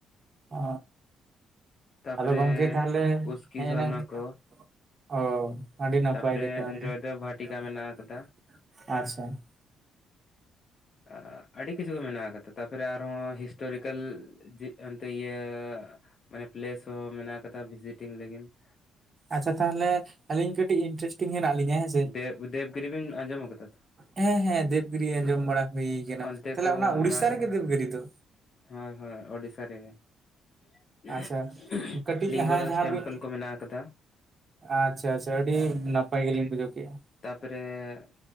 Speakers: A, on the right (about 40°); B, on the left (about 50°).
A: ᱚ,
B: ᱛᱟᱯᱚᱨᱮ
A: ᱟᱫᱚ ᱜᱚᱢᱠᱮ ᱛᱟᱦᱚᱞᱮ,
B: ᱩᱥᱠᱤ
A: ᱦᱮᱸ
B: ᱡᱷᱚᱨᱱᱟ
A: ᱤᱱᱟᱹᱝ ᱜᱮ <unintelligible>
B: ᱠᱚ
A: ᱚ, ᱟᱹᱰᱤ ᱱᱟᱯᱟᱭ
B: ᱛᱟᱯᱚᱨᱮ
A: ᱜᱮ ᱛᱟᱦᱚᱞᱮ,
B: ᱡᱚᱭᱫᱮᱵ ᱵᱷᱟᱴᱤᱠᱟ ᱢᱮᱱᱟᱜ
A: <inaudible>
B: ᱟᱠᱟᱫᱟ
A: ᱟᱪᱪᱷᱟ ᱾
B: ᱚ ᱟᱹᱰᱤ ᱠᱤᱪᱷᱩ ᱜᱮ ᱢᱮᱱᱟᱜ ᱟᱠᱟᱫᱟ ᱛᱟᱯᱚᱨᱮ ᱟᱨᱦᱚᱸ ᱦᱤᱥᱴᱚᱨᱤᱠᱮᱞ <inaudible> ᱚᱱᱛᱮ ᱤᱭᱟᱹ, ᱢᱟᱱᱮ ᱯᱞᱮᱥ ᱦᱚᱸ ᱢᱮᱱᱟᱜ ᱠᱟᱫᱟ ᱵᱷᱤᱡᱤᱴᱤᱝ ᱞᱟᱹᱜᱤᱫ ᱾
A: ᱟᱪᱪᱷᱟ ᱛᱟᱦᱚᱞᱮ ᱟᱹᱞᱤᱧ ᱠᱟᱹᱴᱤᱡ ᱤᱱᱴᱟᱨᱮᱥᱴᱤᱝ ᱢᱮᱱᱟᱜ ᱞᱤᱧᱟ ᱾
B: ᱫᱮᱵᱽ ᱫᱮᱵᱽ ᱜᱤᱨᱤ ᱵᱤᱱ ᱟᱸᱡᱚᱢ ᱠᱟᱫᱟ?
A: ᱦᱮᱸ ᱦᱮᱸ ᱫᱮᱵᱽ ᱜᱤᱨᱤ ᱟᱸᱡᱚᱢ ᱵᱟᱲᱟ ᱦᱩᱭ ᱠᱟᱱᱟ
B: ᱚᱱᱛᱮ
A: ᱾ ᱛᱟᱦᱚᱞᱮ
B: ᱠᱚ
A: ᱚᱱᱟ ᱩᱲᱤᱥᱟ
B: ᱢᱮᱱᱟᱜ ᱟᱠᱟᱫᱟ
A: ᱨᱮᱜᱮ ᱫᱮᱵᱽ ᱜᱤᱨᱤ ᱫᱚ?
B: ᱦᱳᱭ ᱦᱳᱭ ᱳᱰᱤᱥᱟ ᱨᱮᱜᱮ ᱾ <unintelligible>
A: ᱟᱪᱪᱷᱟ ᱠᱟᱹᱴᱤᱡ
B: ᱞᱤᱝᱜᱚ
A: ᱦᱟᱸ
B: ᱨᱟᱡᱽ
A: ᱡᱟᱦᱟᱸ
B: ᱴᱮᱢᱯᱮᱞ
A: ᱵᱤᱱ
B: ᱠᱚ ᱢᱮᱱᱟᱜ ᱟᱠᱟᱫᱟ ᱾
A: ᱟᱪᱪᱷᱟ ᱟᱪᱪᱷᱟ ᱟᱹᱰᱤ ᱱᱟᱯᱟᱭ ᱜᱮᱞᱤᱧ ᱵᱩᱡᱷᱟᱹᱣ ᱠᱮᱫᱼᱟ ᱾
B: ᱛᱟᱯᱚᱨᱮ